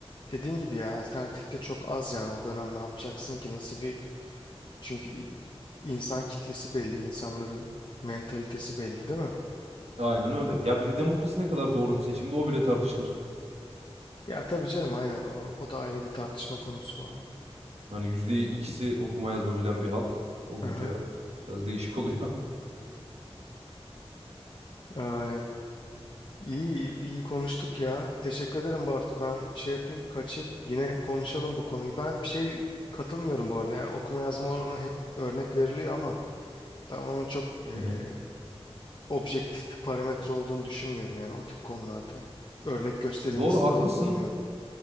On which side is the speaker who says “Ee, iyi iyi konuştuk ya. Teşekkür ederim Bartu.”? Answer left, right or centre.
Left